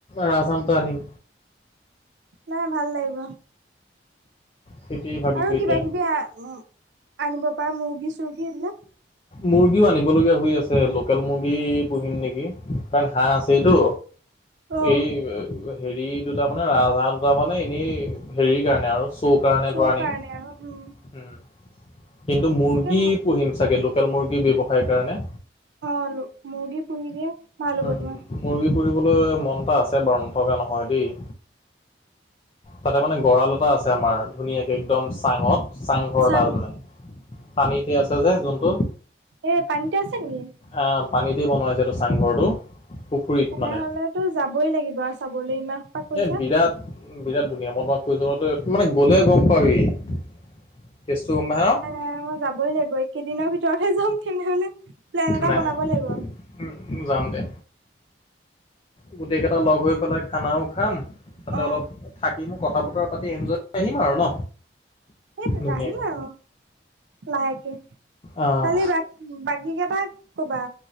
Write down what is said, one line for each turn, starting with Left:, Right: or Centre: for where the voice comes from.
Left: ৰাজ হাঁহ দুটা আনিম।
Right: নাই ভাল লাগিব।
Left: সেইটোৱে ভাবিছো
Right: আৰু
Left: এতিয়া
Right: কিবা-কিবি আনিব পাৰ, মুৰ্গী-চৰ্গী এইবিলাক।
Left: মুৰ্গীও আনিবলগীয়া হৈ আছে, লোকেল মুৰ্গী পুহিম নেকি? কাৰণ হাঁহ আছেইটো।
Right: অ
Left: এই হেৰি দুটা মানে ৰাজ হাঁহ দুটা মানে এনেই, হেৰিৰ কাৰণে আৰু তোৰ কাৰনে
Right: শ্ব'
Left: ধৰ আনিম।
Right: কাৰণে আৰু উম
Left: উম, কিন্তু মুৰ্গী
Right: তাকে
Left: পুহিম চাগে লোক কেল মুৰ্গী ব্যৱসায়ৰ কাৰণে।
Right: অ', মুৰ্গী পুহি <unintelligible>
Left: উম,
Right: তোমাৰ
Left: মুৰ্গী পুহিবলৈ মন এটা আছে, বাৰু নথকা নহয় দেই তাতে মানে গঁৰাল এটা আছে আমাৰ, ধুনীয়াকে একদম চাঙত চাংঘৰ
Right: চাং
Left: এটা মানে পানীতে আছে যে যোনটো।
Right: এ পানীতে আছে নেকি?
Left: আহ পানীতেই বনাইছিলোঁ চাংঘৰটো। পুখুৰীত মানে
Right: তেনেহলেতো যাবই লাগিব আৰু চাবলৈ ইমান সোপা কৈছা
Left: এ বিৰাট, বিৰাট ধুনীয়া মই তোমাক কৈছো, মানে গ'লে গম পাবি। কেছতু গম পাইচা ন।
Right: এ মই যাবই লাগিব, এই কেইদিনৰ ভিতৰতে যাম তেনেহলে প্লেন এটা
Left: নাই
Right: বনাব
Left: নাই
Right: লাগিব।
Left: উম, যাম দে। গোটেই কেইটা লগ হৈ পেলাই খানাও খাম তাতে
Right: অ
Left: অলপ থাকিমো কথা-বতৰা পাতি আহিম, <unintelligible> আহিম আৰু ন।
Right: সেইতোটো
Left: ধুনীয়াকে।
Right: আহিম আৰু লাহেকে,
Left: আহ
Right: কালি বাকী বাকী কেইটাক কবা।